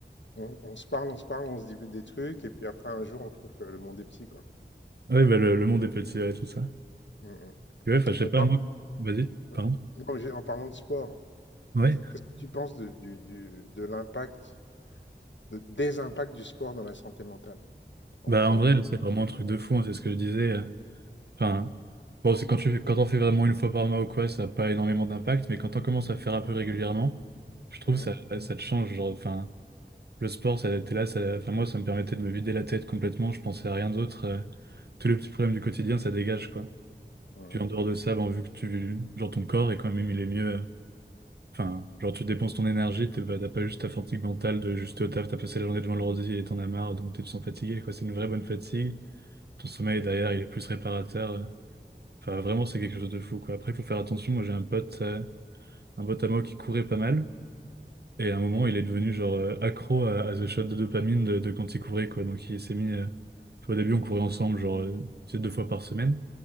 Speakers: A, on the left (about 80°); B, on the right (about 60°).
A: on on se parle, on se parle, on se dit des trucs et puis après un jour, on trouve que le monde est petit, quoi.
B: Oui, bah, le, le monde est petit, ouais, tout ça.
A: Mmh mh.
B: Et ouais, enfin, je sais
A: On
B: pas,
A: par
B: moi. Vas-y,
A: euh,
B: pardon.
A: non, mais j'ai en parlant de sport,
B: Ouais.
A: qu'est-ce que tu penses de du du de l'impact, de des impacts du sport dans la santé mentale? En
B: Bah,
A: en
B: en vrai,
A: bien
B: c'est vraiment un truc de fou, hein, c'est ce que je disais. euh. Enfin, bon, c'est quand tu fais, quand on fait vraiment une fois par mois ou quoi, ça n'a pas énormément d'impact, mais quand on commence à faire un peu régulièrement, je trouve
A: mmh mh.
B: ça, ça te change. Genre, enfin, le sport, ça, t'es là, ça, enfin, moi, ça me permettait de me vider la tête complètement, je pensais à rien d'autre. euh. tous les petits problèmes du quotidien, ça dégage, quoi.
A: Mmh mh,
B: Puis en dehors
A: mmh.
B: de ça, bon, vu que tu, genre, ton corps est quand même, il est mieux. Enfin, genre tu dépenses ton énergie, t'es pas- t'as pas juste ta fatigue mentale de juste au taf, t'as passé la journée devant l'ordi et t'en as marre, donc tu te sens fatigué, quoi. C'est une vraie bonne fatigue. Ton sommeil derrière,
A: Mmh mh.
B: il est plus réparateur. Enfin, vraiment, c'est quelque chose de fou, quoi. Après, il faut faire attention. Moi, j'ai un pote, euh, un pote à moi qui courait pas mal. Et à un moment, il est devenu genre euh, accro à, à ce shot de dopamine de, de quand il courait, quoi. Donc il s'est mis. euh, tu vois, Au début, on courait ensemble, genre euh, tu sais, deux fois par semaine.